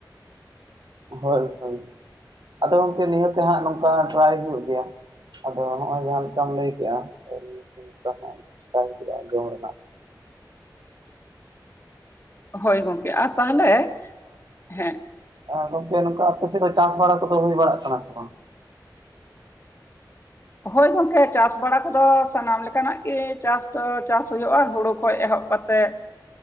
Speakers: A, on the right; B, on the left.
A: ᱦᱳᱭ ᱦᱳᱭ, ᱟᱫᱚ ᱜᱚᱝᱠᱮ ᱱᱤᱦᱟᱹᱛᱮ ᱦᱟᱸᱜ ᱱᱚᱝᱠᱟ ᱴᱨᱟᱭ ᱦᱩᱭᱩᱜ ᱜᱮᱭᱟ᱾ ᱟᱫᱚ ᱦᱚᱜᱼᱚᱭ ᱡᱟᱦᱟᱸ ᱞᱮᱠᱟᱢ ᱞᱟᱹᱭ ᱠᱮᱜᱼᱟ ᱱᱚᱝᱠᱟ ᱦᱟᱸᱜ ᱪᱮᱥᱴᱟᱭ ᱦᱩᱭᱩᱜᱼᱟ ᱡᱚᱢ ᱨᱮᱱᱟᱜ᱾
B: ᱦᱳᱭ ᱜᱚᱝᱠᱮ ᱟᱨ ᱛᱟᱦᱞᱮ ᱦᱮᱸ
A: ᱦᱮᱸ ᱜᱚᱝᱠᱮ ᱱᱚᱝᱠᱟ ᱟᱯᱮ ᱥᱮᱫ ᱪᱟᱥ ᱵᱟᱲᱟ ᱠᱚᱫᱚ ᱦᱩᱭ ᱵᱟᱲᱟᱜ ᱠᱟᱱᱟ ᱥᱮ ᱵᱟᱝ?
B: ᱦᱳᱭ ᱜᱚᱝᱠᱮ ᱪᱟᱥ ᱵᱟᱲᱟ ᱠᱚᱫᱚ ᱥᱟᱱᱟᱢ ᱞᱮᱠᱟᱱᱟᱜ ᱜᱮ ᱪᱟᱥ ᱫᱚ ᱪᱟᱥ ᱦᱩᱭᱩᱜᱼᱟ ᱦᱩᱲᱩ ᱠᱷᱚᱡ ᱮᱦᱚᱵ ᱠᱟᱛ ᱛᱮᱜ